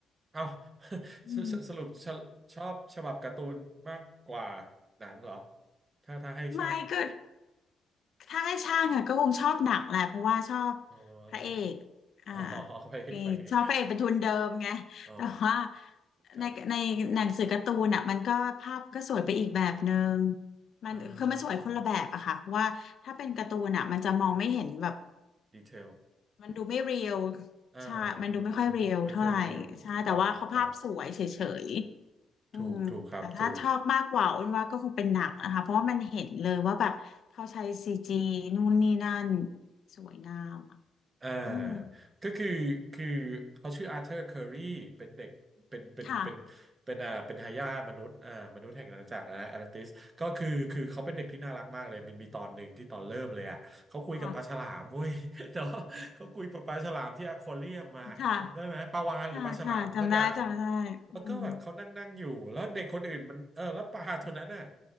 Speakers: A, on the right; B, on the left.
A: เอ้า
B: อืม
A: <laughs> สสสรุปชอบชอบฉบับการ์ตูนมากกว่าหนังเหรอถ้าถ้าให้ช่าง
B: ไม่ก็ ถ้าให้ช่างอะก็คงชอบหนังแหละเพราะว่าชอบ
A: อ๋อ
B: พระเอก
A: <laughs>
B: อ่า
A: อ๋อไปเองไปเอง
B: มีชอบพระเอกเป็นทุนเดิมไงแต่ว่า
A: อ๋อครับ
B: ในในหนังสือการ์ตูนอะมันก็ภาพก็สวยไปอีกแบบนึงมันคือมันสวยคนละแบบอะค่ะเพราะว่าถ้าเป็นการ์ตูนอะมันจะมองไม่เห็นแบบ
A: อ่อดีเทล
B: มันดูไม่เรียล
A: อ่า
B: ใช่มันดูไม่ค่อยเรียลเท่าไหร่ใช่แต่ว่าเขาภาพสวยเฉย
A: ดูดูไม่ไม่ค่อยเรียวถูกต้องถูกต้อง
B: อืมแต่ถ้าชอบมากกว่าอ้นว่าก็คงเป็นหนังนะคะเพราะว่ามันเห็นเลยว่าแบบเขาใช้ซีจีนู่นนี่นั่น
A: ถูกถูกครับถูก
B: สวยงามอ่ะ
A: อ่า
B: อืม
A: ก็คือคือเขาชื่ออาร์เธอร์เคอรีเป็นเด็กเป็นเป็นเป็น
B: ค่ะ
A: เป็นอ่าเป็นทายาทมนุษย์อ่ามนุษย์แห่งอาณาจักรนะแอตแลนติสก็คือคือเขาเป็นเด็กที่น่ารักมากเลยมันมีตอนหนึ่งที่ตอนเริ่มเลยอ่ะเขาคุยกับปลาฉลามเว้ย
B: ค่ะ
A: <laughs> เนาะเขาคุยกับปลาฉลามที่อควาเรียมมาจำได้ไหมปลาวาฬหรือปลาฉลามสักอย่างอ่ะ
B: <laughs> ค่ะค่ะค่ะจำได้ จำได้อืม
A: แล้วก็แบบเขานั่งนั่งอยู่แล้วเด็กคนอื่นมันเออแล้วปลาตัวนั้นน่ะ